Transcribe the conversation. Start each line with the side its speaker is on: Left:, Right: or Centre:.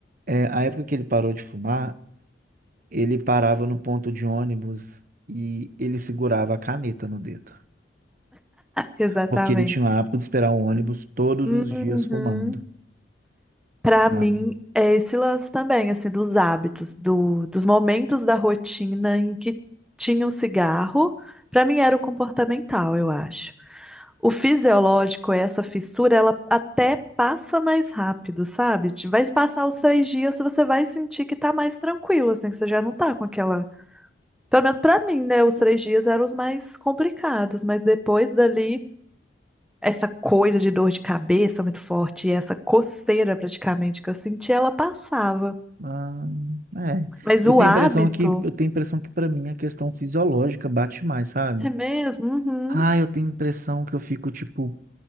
Right: é, a época que ele parou de fumar, ele parava no ponto de ônibus e ele segurava a caneta no dedo.
Centre: exatamente.
Right: Porque ele tinha o hábito de esperar o ônibus todos
Centre: Uhum.
Right: os dias fumando,
Centre: Pra
Right: sabe?
Centre: mim, é esse lance também, assim, dos hábitos, do, dos momentos da rotina em que tinha um cigarro. para mim, era o comportamental, eu acho. O fisiológico, essa fissura, ela até passa mais rápido, sabe? Te- Vai passar os três dias, você vai sentir que tá mais tranquilo, assim, que você já não tá com aquela Pelo menos pra mim, né? Os três dias eram os mais complicados, mas depois dali, essa coisa de dor de cabeça muito forte, e essa coceira praticamente que eu senti, ela passava.
Right: Ah, é.
Centre: Mas
Right: Eu
Centre: o
Right: tenho
Centre: hábito,
Right: a impressão que eu tenho a impressão que para mim a questão fisiológica bate mais, sabe?
Centre: é mesmo? Uhum.
Right: Ah, eu tenho a impressão que eu fico tipo,